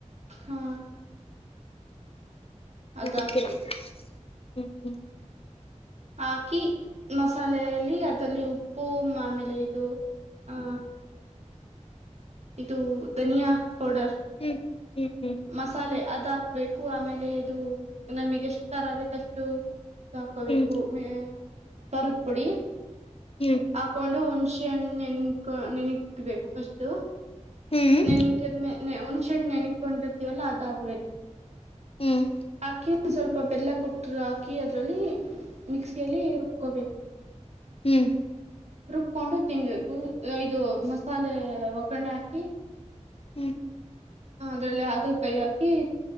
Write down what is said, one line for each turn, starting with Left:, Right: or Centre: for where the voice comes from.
Right: ಹಾ ಅದ್
Left: ಗೊತ್ತಿಲ್ಲ
Right: ಹಾಕ್ಬೇಕು
Left: ಹ್ಮ್ ಹ್ಮ್
Right: ಹಾಕಿ ಮಸಾಲೆಯಲ್ಲಿ ಅದರಲ್ಲಿ ಉಪ್ಪು ಆಮೇಲೆ ಇದು ಹಾ ಇದು ಧನಿಯಾ ಪೌಡರ್
Left: ಹ್ಮ್ ಹ್ಮ್ ಹ್ಮ್
Right: ಮಸಾಲೆ ಅದ್ ಹಾಕ್ಬೇಕು ಆಮೇಲೆ ಇದು ನಮಗೆ ಎಷ್ಟು ಖಾರ್ ಆಗತ್ತಷ್ಟು ಇದ ಹಾಕೋಬೇಕು
Left: ಹ್ಮ್
Right: ಮ ಕರದ ಪುಡಿ
Left: ಹ್ಮ್
Right: ಹಾಕೊಂಡು ಹುಣಸೆಣ್ಣ ನೆನ್ಕೊ ನೆನಕ್ಬೇಕು ಫಸ್ಟ್ು
Left: ಹ್ಮ್ ಹ್ಮ್
Right: ನೆನಕದ್ಮ ಒಣ್ಸೆಟ್ ನೆನಕೊಂಡಿರ್ತೀವಲ್ಲ ಅದಾಗಬೇಕು
Left: ಹ್ಮ್
Right: ಹಾಕಿ ಒಂದ್ ಸ್ವಲ್ಪ ಬೆಲ್ಲ ಕೊಟ್ಟ್ರ ಹಾಕಿ ಅದ್ರಲ್ಲಿ ಮಿಕ್ಸಿಯಲ್ಲಿ ರುಬ್ಕೋಬೇಕು
Left: ಹ್ಮ್
Right: ರುಬ್ಕೊಂಡು ತಿನ್ಬೇಕು ಇದು ಮಸಾಲೆ ಒಗ್ಗರಣೆ ಹಾಕಿ
Left: ಹ್ಮ್
Right: ಹ ಅದ್ರಲ್ಲಿ ಹಾಗಲ್ ಕೈ ಹಾಕಿ